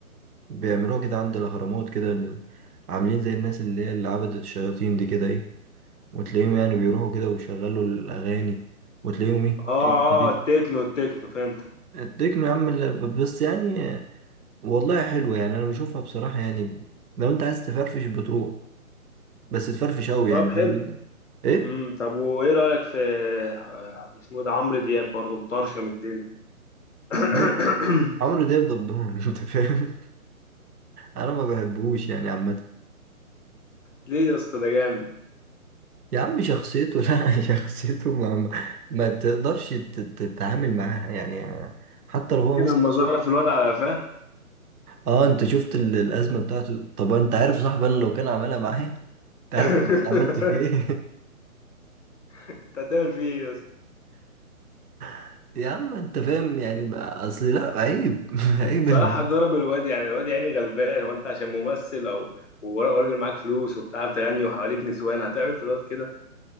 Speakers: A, on the right; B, on the left.
A: بيعملوها كده عند الاهرامات كده عاملين زي الناس اللي هي اللي عبدت الشياطين دي كده ايه وتلاقيهم يعني بيروحوا كده ويشغلوا الأغاني وتلاقيهم إيه
B: اه
A: تيت تيت
B: اه
A: تيت.
B: التكنو التكنو فهمت
A: التكنو يا عم ال- بس يعني والله حلوة يعني أنا بشوفها بصراحة يعني لو أنت عايز تفرفش بتروح بس تفرفش أوي
B: طب
A: يعني
B: حلو
A: فاهم أنت إيه
B: امم طب وايه رأيك في آه، اسمه ده عمرو دياب برضه مطرشم الدنيا <coughs>
A: عمرو عمرو دياب دبدون <laughs> أنت فاهم أنا ما بحبهوش يعني عامة
B: ليه يا اسطى ده جامد
A: يا عم شخصيته <laughs> لا شخصيته ما, ما ما تقدرش تت- تتعامل معاها يعني حتى لو هو
B: فاكر
A: مثلا
B: لما
A: صوت
B: ظرف الواد على قفاه
A: اه انت شفت ال- الازمه بتاعته طب انت عارف صاحبي انا لو كان عملها معايا تعرف
B: <laughs>
A: انا كنت عملت فيه ايه
B: انت هتعمل فيه ايه يا اسطى
A: <laughs> يا عم انت فاهم يعني ما اصلي لا عيب <laughs> عيب
B: بصراحة
A: اللي
B: ضرب الواد يعني الواد يعني غلبان هو انت عشان ممثل او ور- وراجل معاك فلوس وبتعرف تغني وحواليك نسوان هتعمل في الواد كده